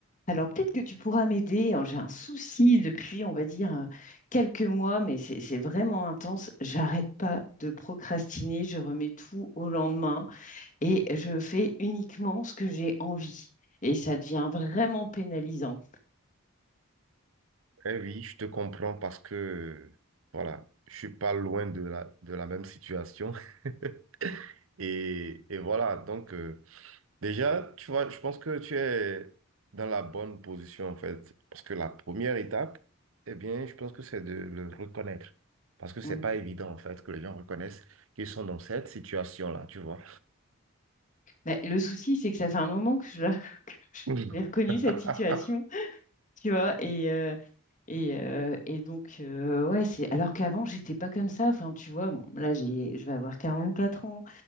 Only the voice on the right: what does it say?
Eh oui, je te comprends parce que, euh, voilà, je suis pas loin de la, de la même situation. <laughs> Et, et voilà, donc, euh, déjà, tu vois, je pense que tu es dans la bonne position, en fait. Parce que la première étape, eh bien, je pense que c'est de le reconnaître. Parce que c'est
pas évident, en fait, que les gens reconnaissent qu'ils sont dans cette situation-là, tu vois.
<laughs>